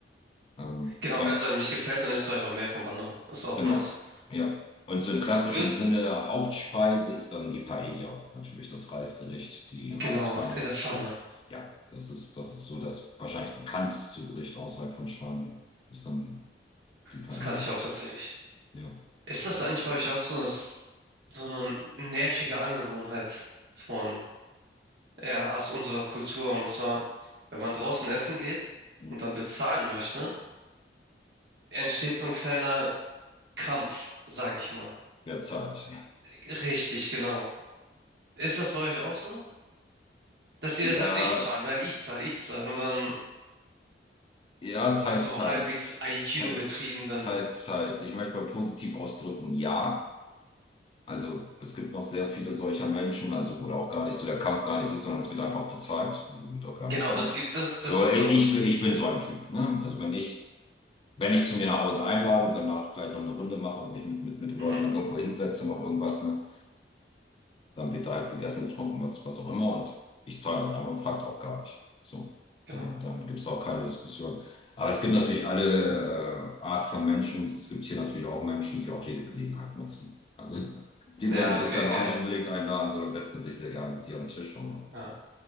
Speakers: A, on the left; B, on the right.
A: ähm,
B: Genau,
A: ja.
B: wenn es einem nicht gefällt, dann isst du einfach mehr vom anderen. Ist auch
A: Genau,
B: nice.
A: ja. Und so im klassischen
B: Du,
A: Sinne Hauptspeise ist dann die Paella, natürlich das Reisgericht, die Reispfanne.
B: genau, in der Pfanne.
A: Das, ja, das ist, das ist so das wahrscheinlich bekannteste Gericht außerhalb von Spanien, ist dann die Paella.
B: Das kannte ich auch tatsächlich.
A: Ja,
B: Ist das eigentlich bei euch auch so, dass so eine nervige Angewohnheit von, ja, aus unserer Kultur? Und zwar, wenn man draußen essen geht
A: mhm.
B: und dann bezahlen möchte, entsteht so ein kleiner Kampf, sag ich mal.
A: derzeit.
B: Richtig, genau. Ist das bei euch auch so? Dass jeder
A: Ja,
B: sagt, ich zahle, nein, ich zahle, ich zahle. Und dann
A: ja, teils,
B: wird so
A: teils,
B: halbwegs Aikido
A: teils,
B: betrieben, dann.
A: teils, teils. Ich möchte mal positiv ausdrücken, ja. Also es gibt noch sehr viele solcher Menschen, also wo da auch gar nicht so der Kampf gar nicht ist, sondern es wird einfach bezahlt. Also wird auch gar
B: Genau,
A: nicht, ne?
B: das gibt, das,
A: So,
B: das gibt's
A: ich
B: auch.
A: bin, ich bin so ein Typ, ne? Also wenn ich, wenn ich zu mir nach Hause einlade und danach vielleicht noch eine Runde mache und mich mit, mit, mit den
B: Mhm,
A: Leuten dann irgendwo hinsetze, noch irgendwas, ne? Dann wird da halt gegessen, getrunken, was, was auch immer. Und ich zahle das einfach und fragt auch gar nicht. So,
B: genau.
A: dann, dann gibt es auch keine Diskussion. Aber es gibt natürlich alle äh, Art von Menschen und es gibt hier natürlich auch Menschen, die auch jede Gelegenheit nutzen. Also <laughs> die
B: Ja,
A: würden dich
B: okay,
A: dann auch
B: ja,
A: nicht unbedingt einladen, sondern setzen sich sehr gerne mit dir an den Tisch. Und
B: ja.